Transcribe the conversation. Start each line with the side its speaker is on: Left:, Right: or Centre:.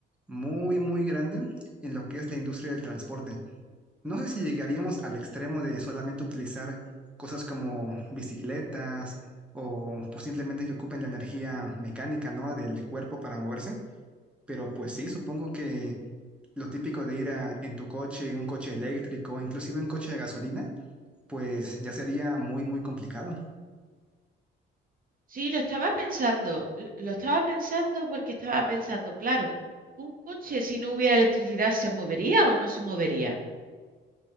Centre: muy, muy grande en lo que es la industria del transporte. No sé si llegaríamos al extremo de solamente utilizar cosas como bicicletas o pues simplemente que ocupen la energía mecánica, ¿no? del cuerpo para moverse, pero pues sí, supongo que lo típico de ir a- en tu coche, un coche eléctrico, inclusive un coche de gasolina, pues ya sería muy, muy complicado.
Right: Sí, lo estaba pensando, l- lo estaba pensando porque estaba pensando, claro, ¿un coche si no hubiera electricidad se movería o no se movería?